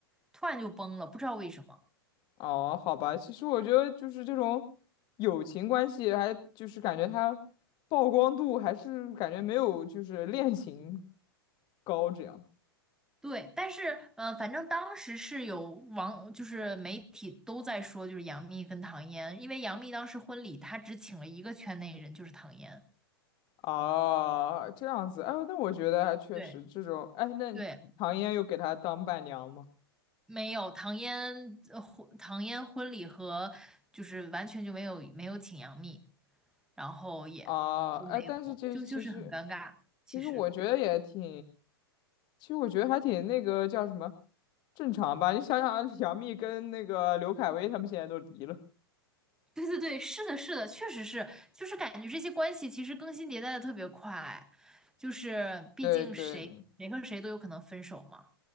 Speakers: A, in the centre; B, on the left.
A: 突然就崩了，不知道为什么。
B: 哦，好吧，其实我觉得就是这种友情关系，还就是感觉它曝光度还是感觉没有就是恋情高这样
A: 对，但是呃，反正当时是有网，就是媒体都在说，就是杨幂跟唐嫣，因为杨幂当时婚礼她只请了一个圈内人，就是唐嫣。
B: 啊，这样子，哎呦，那我觉得还确实这种，
A: 对
B: 哎，那唐嫣又给他当伴娘吗？
A: 对，没有唐嫣呃婚唐嫣婚礼和就是完全就没有没有请杨幂，然后也都没有，
B: 啊，哎，但是这其实
A: 就就是很尴尬，其实。
B: 其实我觉得也挺，其实我觉得还挺那个叫什么正常吧，你想想啊 <laughs> 杨幂跟那个刘恺威他们现在都离了，
A: 对对对，是的，是的，确实是，就是感觉这些关系其实更新迭代的特别快，就是毕竟谁谁和谁都有可能分手嘛。
B: 对对。